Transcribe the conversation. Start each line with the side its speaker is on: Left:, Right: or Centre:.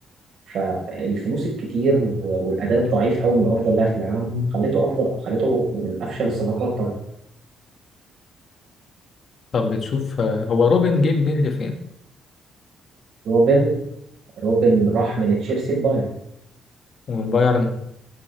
Right: فالفلوس الكتير و- والاداء الضعيف قوي من افضل لاعب في العالم خليته افضل خليته من افشل الصفقات طبعا
Left: طب بتشوف آه، هو روبن جه منين لفين
Right: روبن روبن راح من تشيلسي لبايرن
Left: ومن بايرن